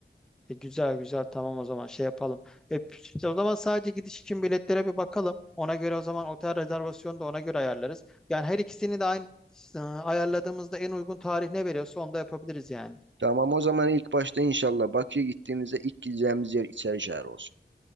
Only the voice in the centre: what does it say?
E, güzel güzel tamam o zaman şey yapalım. E, işte o zaman sadece gidiş için biletlere bir bakalım. Ona göre o zaman otel rezervasyonu da ona göre ayarlarız. Yani her ikisini de aynı e, ayarladığımızda en uygun tarih ne veriyorsa onu da yapabiliriz yani.